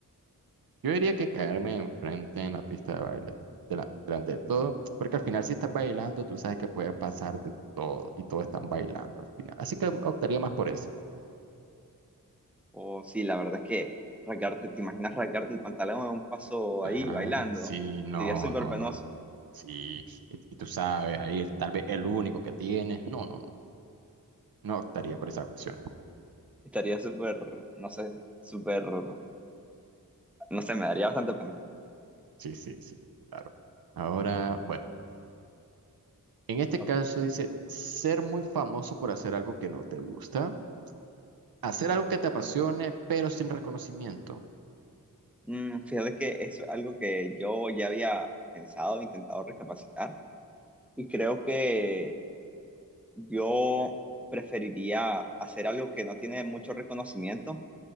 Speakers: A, on the right (about 80°); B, in the centre.
A: Yo diría que caerme enfrente en la pista de baile, dela- delante de todo, porque al final si estás bailando, tú sabes que puede pasar de todo y todos están bailando al final. Así que optaría más por eso.
B: O sí, la verdad es que rasgarte, ¿te imaginas rasgarte el pantalón a un paso
A: Ajá,
B: ahí bailando?
A: sí, no,
B: Sería súper
A: no,
B: penoso.
A: no. Sí, y, y tú sabes, ahí tal vez el único que tienes. No, no, no. No optaría por esa opción.
B: Estaría súper, no sé, súper, no sé, me daría bastante pena.
A: Sí, sí, sí, claro. Ahora, bueno, en este
B: Ok.
A: caso dice ser muy famoso por hacer algo que no te gusta, hacer algo que te apasione, pero sin reconocimiento.
B: Mm, fíjate que eso es algo que yo ya había pensado, intentado recapacitar y creo que yo preferiría hacer algo que no tiene mucho reconocimiento.